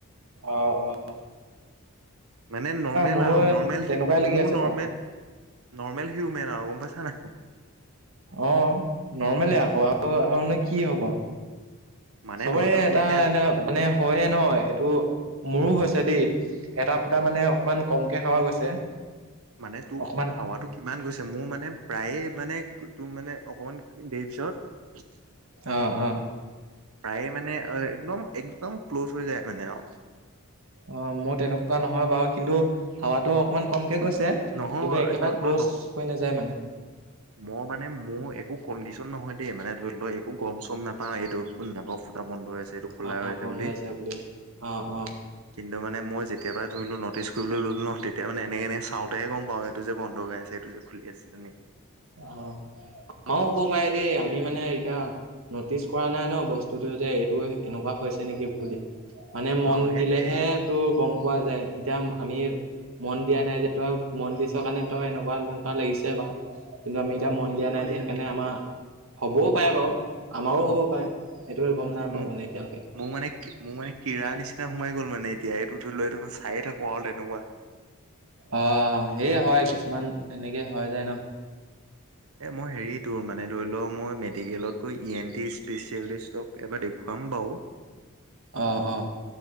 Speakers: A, on the right (about 70°); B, on the right (about 85°).
A: অ অ।
B: মানে নৰ্মেল
A: মোৰো
B: আও নৰ্মেল
A: তেনেকুৱাই লাগি
B: মোৰ
A: আছে
B: নৰ্মেল
A: বাৰু
B: নৰ্মেল হিউমেন আৰু গম পাইছা নাই।
A: অঁ, নৰ্মলে আকৌ আৰু আৰুনো কি হব?
B: মানে
A: চবৰে
B: ধৰি লও
A: এটা
B: তোৰ এতিয়া
A: এনে মানে হয়য়ে নহয় এইটো মোৰো হৈছে দেই। এটা ফুটা মানে অকমান কমকে ‍ ‍হাৱা গৈছে।
B: মানে তোক
A: অকমান
B: হাৱাতো। কিমান গৈছে মোৰ মানে প্ৰায়ে মানে তোৰ মানে অকমান দেৰি পিছত।
A: অঁ অঁ।
B: প্ৰায়ে মানে একদম একদম ক্ল'জ হৈ যায় মানে আও।
A: অঁ মোৰ তেনেকুৱা নহয় বাৰু, কিন্তু হাৱাতো অকমান কমকে গৈছে কিন্তু
B: নহয়
A: একেবাৰে
B: তই তই
A: ক্ল'জ
B: ন
A: হৈ নাযায় মানে।
B: মই মানে মোৰ একো কণ্ডিশন নহয় দেই মানে ধৰি লও একো গৰম চম নাপাও এইটোক ফুটা বন্ধ আছে। সেইটো খোলা
A: অ
B: হৈছে
A: বন্ধ
B: বুলি।
A: হৈ আছে অ অ
B: কিন্তু মানে মই যেতিয় পৰা ধৰিলো ন নটিচ কৰিবলৈ ললো নহ তেতিয়া মানে এনেক এনে চাওঁতেে গম পা এইটো যে বন্ধ হৈ আ যে খুলি আছে যোনে।
A: অঁ, আমাৰও হ'ব পাৰে দেই আমি মানে এতিয়া নটিচ কৰা নাই ন বস্তুটো যে এইটো এনেকুৱা হৈছে নেকি বুলি। মানে মন
B: অ সেইটোয়ে
A: দিলেহে টো গম পোৱা যায় এতিয়া। আমি মন দিয়া নাই যে তই মন দিছ কাৰণে তই এনেকুৱা তেনেকুৱা লাগিছে বাওঁ। কিন্তু আমি এতিয়া মন
B: এই
A: দিয়া
B: মোৰ
A: নাই
B: মানে
A: যে
B: এইটো
A: সেইকাৰণে আমাৰ হ'বও পাৰে, বাৰু আমাৰো হ'ব পাৰে, সেইটো বে গম নাপাওঁ
B: মোৰ
A: মানে এতিয়ালৈকে
B: মোৰ মানে মোৰ মানে কীৰা নিচিনা সোমাই গ'ল মানে এতিয়া এইটো ধৰি ল এইটো মই চায়ে থাকো আৰু তেনেকুৱা।
A: অঁ, সেয়ে হয় কিছুমান এনেকে হয় যায় ন।
B: এ মই হেৰি, তোৰ মানে ধৰি ল, মই মেডিকেলত গৈ ই এন টি স্পেচিয়েলিষ্টক এবাৰ দেখুৱাম বাও। <inaudible>
A: অ', অ'।